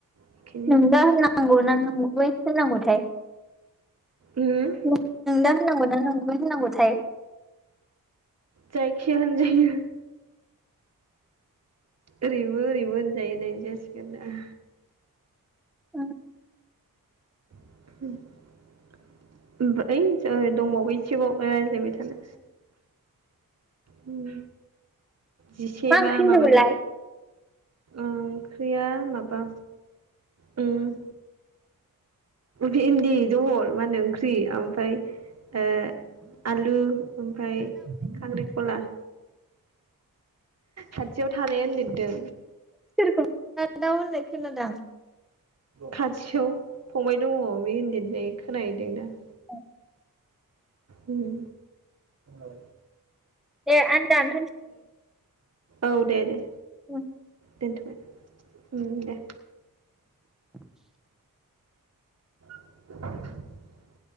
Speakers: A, on the right; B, in the centre.
A: बेखायनो
B: <unintelligible> होननांगौथाय
A: उम
B: नों <unintelligible> होनांगौ ना नंगौ होनांगौथाय?
A: जायखिजाया होनजायो। ओरैबो ओरैबो होनजायो होननाय जासिगोन दा।
B: उम।
A: <unintelligible> दंबावो इसेबाव रायज्लायबाय थानो उम। जिसे
B: मा ओंख्रि
A: बा
B: होनदोंमोनलाय
A: माबादो ओंख्रिया माबा उ भन्दि जहल माहोनो ओं ख्रि ओमफाय ओ आलु ओमफाय खांख्रिखला। खाथियाव थानायानो लिरदो।
B: सोरखौ <unintelligible>
A: खाथियाव फंबाय दङ बे ओनदैनिफ्रायनो खोनाहैदों दां
B: <inaudible>
A: उम ओ
B: दे आं दानथ'नि
A: औ दे दे।
B: अवान
A: दोनथ'बाय उम दे।
B: <inaudible>
A: <inaudible>